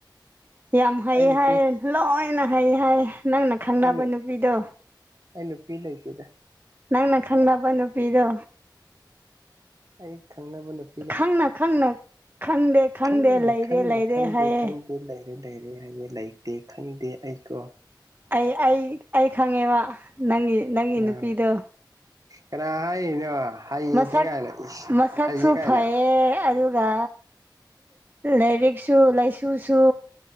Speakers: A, on the right; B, on the right.
A: ꯌꯥꯝ ꯍꯩ
B: ꯑꯩ ꯅꯨꯄꯤ
A: ꯍꯥꯏꯌꯦ ꯂꯣꯏꯅ ꯍꯩ ꯍꯥꯏꯌꯦ ꯅꯪ ꯈꯪꯅꯕ
B: ꯑꯩ
A: ꯅꯨꯄꯤꯗꯣ
B: ꯑꯩ ꯅꯨꯄꯤ ꯂꯩꯇꯦꯗ
A: ꯅꯪꯅ ꯈꯪꯅꯕ ꯅꯨꯄꯤꯗꯣ
B: ꯑꯩ ꯊꯪꯅ <unintelligible>
A: ꯈꯪꯅ ꯈꯪꯅ ꯈꯪꯗꯦ ꯈꯪꯗꯦ
B: ꯈꯪꯅ
A: ꯂꯩꯔꯦ
B: ꯈꯪꯅ
A: ꯂꯩꯔꯦ
B: ꯈꯪꯗꯦ
A: ꯍꯥꯏꯌꯦ
B: ꯈꯪꯗꯦ ꯂꯩꯔꯦ ꯂꯩꯔꯦ ꯍꯥꯏꯌꯦꯦ ꯂꯩꯇꯦ ꯈꯪꯗꯦ ꯑꯩꯀꯣ꯫
A: ꯑꯩ ꯑꯩ ꯑꯩ ꯈꯪꯉꯦꯕ ꯅꯪꯒꯤ ꯅꯪꯒꯤ ꯅꯨꯄꯤꯗꯣ
B: ꯑꯥ ꯀꯅꯥ ꯍꯥꯏꯔꯤꯅꯣ ꯍꯩꯇꯦ
A: ꯃꯁꯛ
B: ꯀꯥꯏꯅ ꯏꯁ
A: ꯃꯁꯛꯁꯨ
B: ꯍꯩꯌꯦ ꯀꯥꯏꯅ
A: ꯐꯩꯌꯦ ꯑꯗꯨꯒ ꯂꯥꯏꯔꯤꯛꯁꯨ ꯂꯥꯏꯁꯨꯁꯨ